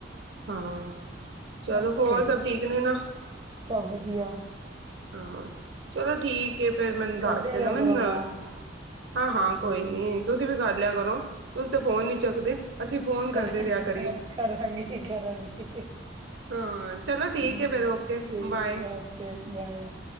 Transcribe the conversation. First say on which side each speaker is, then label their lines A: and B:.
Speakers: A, on the right; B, on the right.
A: ਹਾਂ। ਚਲੋ
B: ਓਕੇ
A: ਹੋਰ ਸਭ ਠੀਕ ਨੇ ਨਾ।
B: ਸਭ ਵਧੀਆ
A: ਹਾਂ, ਚਲੋ ਠੀਕ ਹੈ। ਫੇਰ ਮੈਨੂੰ ਦੱਸ
B: ਕਰਦੇ
A: ਦੇਣਾ
B: ਰਿਹਾ
A: ਮੈਨੂੰ
B: ਕਰੋ ਫੋਨ
A: ਹਾਂ- ਹਾਂ। ਕੋਈ
B: ਕੋਈ
A: ਨੀ
B: ਨੀ
A: ਤੁਸੀਂ ਵੀ ਕਰ ਲਿਆ ਕਰੋ। ਤੁਸੀਂ ਤਾਂ ਫੋਨ ਨੀ ਚੱਕਦੇ। ਅਸੀਂ ਫੋਨ
B: ਕਰ
A: ਕਰਦੇ ਰਿਹਾ ਕਰੀਏ।
B: ਕਰਾਂਗੀ ਕਰਾਂਗੀ
A: ਹਾਂ, ਚਲੋ
B: ਹਾਂ
A: ਠੀਕ ਹੈ ਫੇਰ, ਓਕੇ,
B: ਠੀਕ
A: ਬਾਏ,
B: ਹੈ ਓਕੇ ਬਾਏ